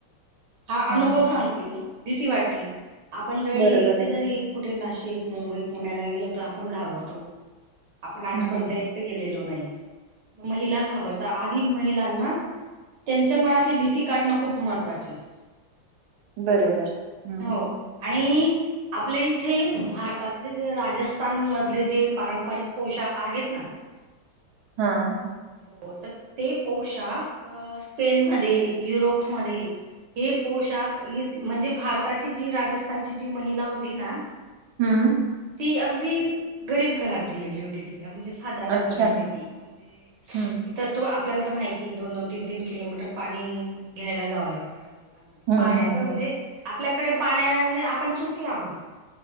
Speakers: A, on the right (about 65°); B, on the right (about 80°).
A: हा अनुभव
B: हम्म
A: सांगते मी. भीती वाटते आपण जरी
B: बरोबर
A: एकटे
B: आहे
A: जरी कुठे नाशिक मुंबई, पुण्याला गेलो तर आपण घाबरतो. आपण आजपर्यंत
B: हम्म
A: एकट गेलेलो नाही. महिला घाबरता आधी महिलांना त्यांच्या मनातली भीती काढणं खूप महत्त्वाचं आहे.
B: बरोबर हम्म
A: हो. आणि आपल्या इथे भारतातले जे राजस्थान मधले जे पारंपरिक पोशाख आहेत ना <unintelligible>
B: हा.
A: हो. तर ते पोशाख स्पेनमध्ये, युरोपमध्ये हे पोशाख म्हणजे भारताची जी राजस्थानची जी महिला होती ना?
B: हम्म.
A: ती अगदी गरीब घरात दिलेली होती तिला, म्हणजे साधारण
B: अच्छा
A: परिस्थिती म्हणजे
B: हम्म
A: तिथं तो आपल्याला तर माहिती दोन- दोन, तीन- तीन किलोमीटर पाणी घ्यायला जावं लागतं राजस्थान
B: हम्म
A: पाण्याच
B: हम्म
A: म्हणजे
B: हम्म
A: आपल्याकडे पाण्याने आपण सुखी आहोत.